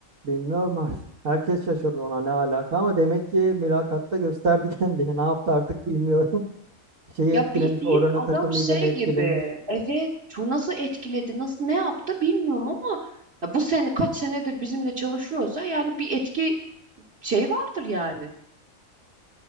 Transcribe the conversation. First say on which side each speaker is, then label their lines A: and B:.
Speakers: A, on the right (about 75°); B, on the right (about 50°).
A: Bilmiyorum artık. Herkes şaşırdı ona ne alaka ama demek ki mülakatta gösterdi <laughs> kendini. Ne yaptı artık bilmiyorum. <laughs> Şeyi
B: Ya
A: etkilemiş,
B: bildiğin
A: oranın
B: adam
A: takım
B: şey
A: liderini etkilemiş.
B: gibi. Evet, şu nasıl etkiledi, nasıl ne yaptı bilmiyorum ama ya bu sene kaç senedir bizimle çalışıyorsa yani bir etki şey vardır yani.